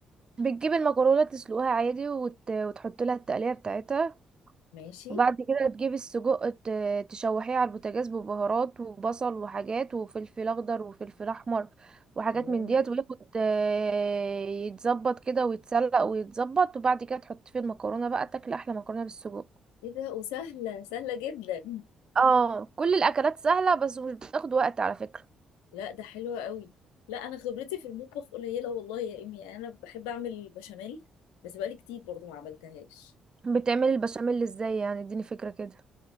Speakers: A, on the right; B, on the left.
A: بتجيب المكرونه تسلقها عادي وت... وتحط لها التقليه بتاعتها
B: ماشي
A: وبعد كده تجيب السجق ت... تشوحيه على البوتاجاز ببهارات وبصل وحاجات وفلفل اخضر وفلفل احمر وحاجات
B: الله
A: من ديت وياخد آه، يتظبط كده ويتسلق ويتظبط وبعد كده تحط فيه المكرونه بقى تاكل احلى مكرونه بالسجق
B: ايه ده وسهله سهله جدا
A: اه كل الاكلات سهله بس مش بتاخد وقت على فكره
B: لا ده حلوه قوي لا انا خبرتي في المطبخ قليله والله يا امي انا بحب اعمل البشاميل بس بقالي كتير برضو ما عملتهاش
A: بتعملي البشاميل ازاي يعني اديني فكره كده